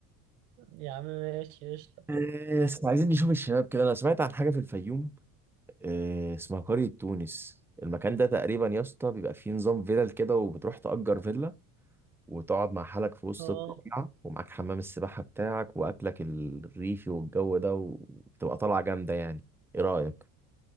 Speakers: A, on the right; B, in the centre.
A: يا عم ماشي قشطة
B: إيه، بس عايزين نشوف الشباب كده انا سمعت عن حاجه في الفيوم إيه، اسمها قريه تونس المكان ده تقريبا يا اسطى بيبقى فيه نظام فيلل كده وبتروح تأجر فيلا وتقعد مع حالك في وسط
A: اه
B: الطبيعه ومعاك حمام السباحه بتاعك واكلك الريفي والجو ده وبتبقى طالعه جامده يعني ايه رايك